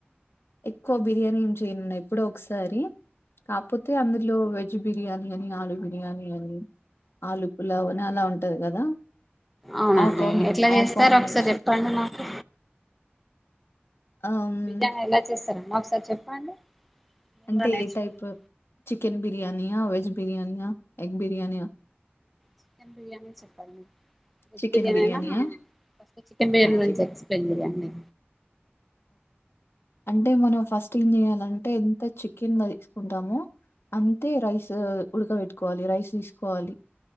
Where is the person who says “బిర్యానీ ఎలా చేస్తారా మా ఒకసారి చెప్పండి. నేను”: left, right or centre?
Centre